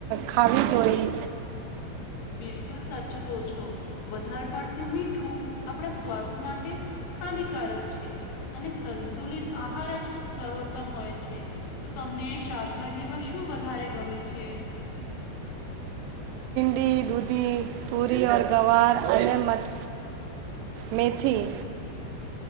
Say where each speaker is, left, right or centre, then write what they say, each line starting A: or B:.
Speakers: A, on the right (about 85°); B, on the left (about 80°).
A: ખાવી જોઈ
B: બિલકુલ સાચું કહો છો વધારે પડતું મીઠું આપણા સ્વાસ્થ્ય માટે હાનિકારક છે અને સંતુલિત આહાર જ સર્વોત્તમ હોય છે તો તમને શાકભાજીમાં શું વધારે ગમે છે
A: પી દૂધી તૂરી ઓર ગવાર અને મથ મેથી